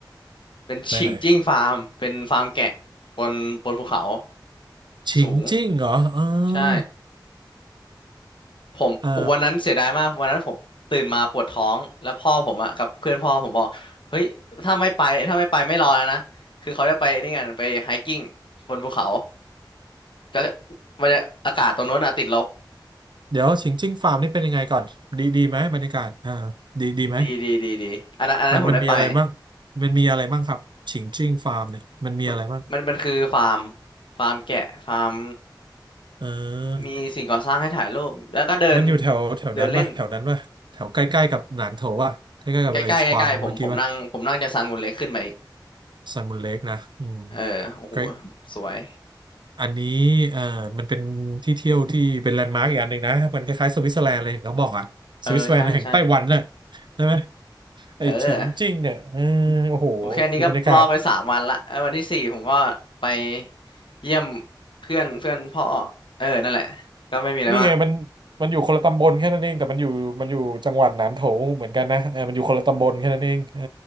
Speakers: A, on the left (about 85°); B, on the right (about 70°).
A: เป็นฉิงจิ้งฟาร์ม
B: ไปไหน
A: เป็นฟาร์มแกะบนบนภูเขา
B: ฉิงจิ้งเหรอเออ
A: สูงใช่ ผมวันนั้นเสียดายมากวันนั้นผมตื่นมาปวดท้องแล้วพ่อผมอะกับเพื่อนพ่อผมบอกเฮ้ยถ้าไม่ไปถ้าไม่ไปไม่รอแล้วนะคือเขาจะไปนี่กันไปไฮกิ้ง
B: อ่า
A: บนภูเขาก็บรรยาอากาศตรงนู้นอะติดลบ
B: เดี๋ยวฉิงจิ้งฟาร์มนี่เป็นยังไงก่อนดีดีไหมบรรยากาศอ่าดีดีไหม
A: ดีดีดีดีอันนั้นอันนั้นผมได้ไป
B: มันมันมีอะไรบ้างมันมีอะไรบ้างครับฉิงจิ้งฟาร์มเนี่ยมันมีอะไรบ้าง
A: มันมันมันคือฟาร์มฟาร์มแกะฟาร์ม
B: เออ
A: มีสิ่งก่อสร้างให้ถ่ายรูปแล้วก็เดิน
B: มันอยู่แถวแถวนั้นป่ะแถวนั้นป่ะแถวใกล้ๆกับหนานโถป่ะใกล้ๆกับไอ้ชวังเมื่อกี้ป่ะ
A: เดินเล่นใกล้ใกล้ใกล้ๆผมผมนั่งผมนั่งจากซันมูนเล็กขึ้นไปอีก
B: ซันมูนเล็กนะอืม
A: เออโอ้โห
B: ใกล้
A: สวย
B: อันนี้เอ่อมันเป็นที่เที่ยวที่เป็นแลนด์มาร์กอีกอันหนึ่งนะมันคล้ายๆสวิตเซอร์แลนด์เลยเหขาบอกอะสวิตเซอร์แลนด์แห่งไต้หวันน่ะ
A: เออใช่ใช่
B: ใช่ไหมไอ้ฉิงจิ้งเนี่ยเออโอ้โห
A: <laughs> เออ โอเคอันนี้ก็รอไปสามวันละไอ้วันที่สี่ผมก็ไป
B: ดูบรรยากาศ
A: เยี่ยมเพื่อนเพื่อนพ่อเออนั่นแหละก็ไม่มีอะไรมาก
B: นี่ไงมันมันอยู่คนละตำบลแค่นั้นเองแต่มันอยู่มันอยู่จังหวัดหนานโถเหมือนกันนะเออมันอยู่คนละตำบลแค่นั้นเองเออ